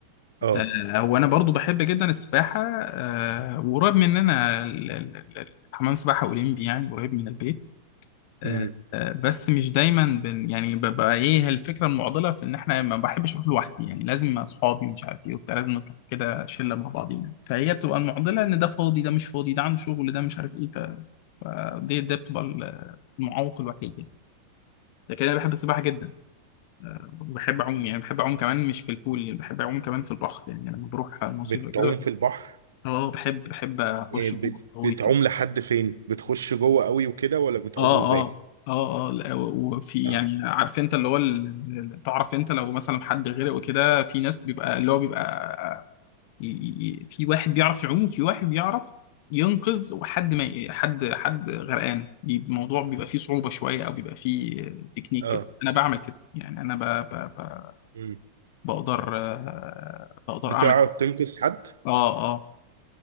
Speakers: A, on the right (about 65°); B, on the left (about 45°).
A: اه
B: آه، هو انا برضو بحب جدا السباحه آه، وقريب مننا ال- ال- ال- ال- حمام سباحه اولمبي يعني قريب من البيت آه،
A: امم
B: آه، بس مش دايما بن يعني ببقى ايه الفكره المعضله في ان احنا ما بحبش اروح لوحدي يعني لازم مع اصحابي ومش عارف ايه وبتاع لازم نروح كده شله مع بعضينا فهي بتبقى المعضله ان ده فاضي ده مش فاضي ده عنده شغل ده مش عارف ايه ف فدي ده بتبقى المعوق الوحيد يعني. لكن انا بحب السباحه جدا بحب اعوم يعني بحب اعوم كمان مش في البول يعني بحب اعوم كمان في البحر يعني لما بروح المصيف
A: بتعوم
B: كده بحب
A: في البحر
B: اه بحب بحب اخش
A: آه، بت-
B: جوه غويط
A: بتعوم
B: كده
A: لحد فين بتخش جوه قوي وكده ولا بتعوم
B: اه
A: ازاي
B: اه اه اه لا، و- وفي
A: اه
B: يعني عارف انت اللي هو ال- ال- تعرف انت لو مثلا حد غرق وكده في ناس بيبقى اللي هو بيبقى ي- ي- في واحد بيعرف يعوم وفي واحد بيعرف ينقذ وحد ما ي- حد حد غرقان بي- الموضوع بيبقى فيه صعوبة شوية او بيبقى فيه تكنيك
A: اه
B: كده انا بعمل كده يعني انا ب... ب... ب...
A: مم.
B: بقدر آه، بقدر
A: بتعرف
B: اعمل
A: تنقذ حد
B: اه اه